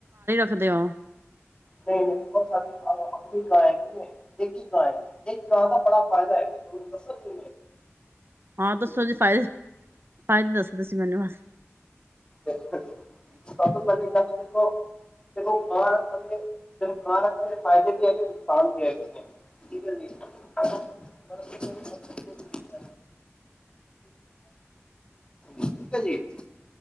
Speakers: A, on the right; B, on the left.
A: ਰਖਦੇ ਹੋ
B: ਨਹੀਂ ਨਹੀਂ ਦੇਖੋ ਸਾਡੇ ਆਪਣੀ ਗਾਂ ਹੈਗੀ ਹੈ ਇੱਕ ਹੀ ਗਾਂ ਹੈਗੀ ਇੱਕ ਗਾਂ ਦਾ ਬੜਾ ਫਾਇਦਾ ਹੈਗਾ ਤੁਹਾਨੂੰ ਦੱਸ ਕਿ
A: ਹਾਂ ਦੱਸੋ ਜ ਫਦੇ ਫਾਇਦੇ ਦੱਸੋ ਤੁਸੀ ਮੈਨੂੰ ਬਸ
B: ਤਤੋਂ ਕੱਲ ਗੱਲ ਦੇਖੋ ਤੇ ਗਾਂ ਰੱਖਣ ਦੇਨ ਗਾਂ ਰੱਖਣ ਦੇ ਫਦੇ ਵੀ ਹੈਗੇ ਨੁਕਸਾਨ ਵੀ ਹੈਗੇ ਠੀਕ ਹੈ ਜੀ ਕੋਈਵ ਕੁਛ ਨ ਠੀਕ ਹੈ ਜੀ